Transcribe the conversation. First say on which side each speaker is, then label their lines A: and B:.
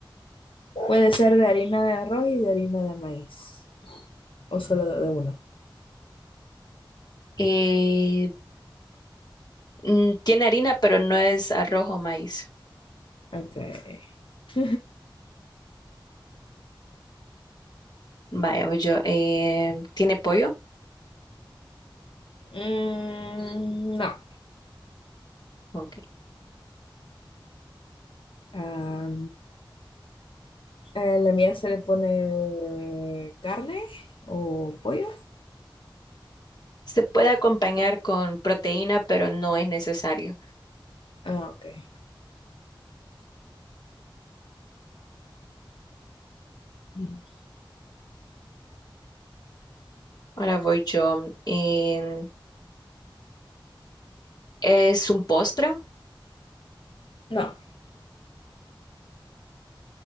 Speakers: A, on the left (about 80°); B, on the left (about 50°).
A: Puede ser de harina de arroz y de harina de maíz. O solo de de uno.
B: Eh, mm, tiene harina, pero no es arroz o maíz.
A: Ok. <laughs>
B: Vaya, voy yo. Eh, ¿tiene pollo?
A: Mm, no.
B: Ok.
A: Ah, ¿a la mía se le pone carne o pollo.
B: Se puede acompañar con proteína, pero no es necesario.
A: Ah, ok. Mm,
B: Ahora voy yo. Eh, ¿es un postre?
A: No.